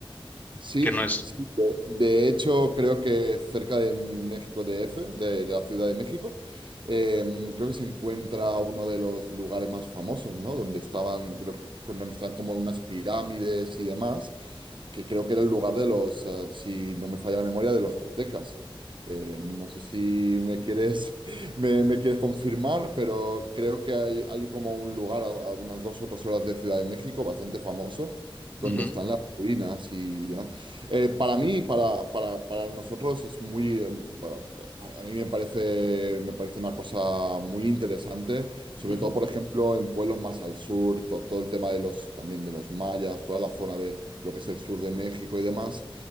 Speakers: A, on the right (about 60°); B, on the left (about 20°).
A: Sí,
B: que no es...
A: sí, De, de hecho, creo que cerca de México DF, de, la Ciudad de México, eh, creo que se encuentra uno de los lugares más famosos, ¿no? Donde estaban, creo que- donde están como unas pirámides y demás que creo que era el lugar de los, eh, si no me falla la memoria, de los aztecas. Eh, no sé si me quieres, <laughs> me, me quieres confirmar, pero creo que hay, hay como un lugar a, a unas dos o tres horas de Ciudad de México, bastante famoso, donde
B: Ujú,
A: están las ruinas y demás. Eh, para mí, para, para, para nosotros es muy, eh, bueno, a, a mí me parece, me parece una cosa muy interesante, sobre
B: ujú,
A: todo, por ejemplo, en pueblos más al sur, to- todo el tema de los, también de los mayas, toda la zona lo que es el sur de México y demás,